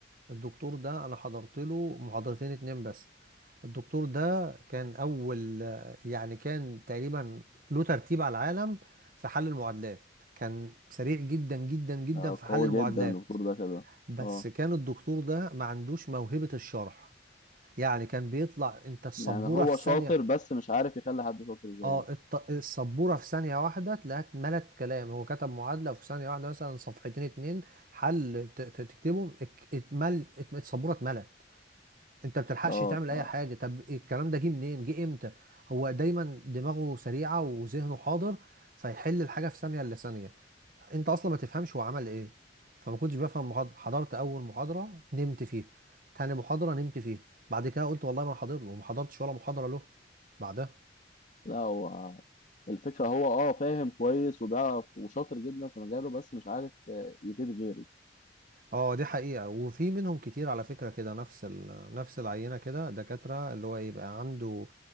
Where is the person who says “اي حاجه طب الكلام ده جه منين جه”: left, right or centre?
Right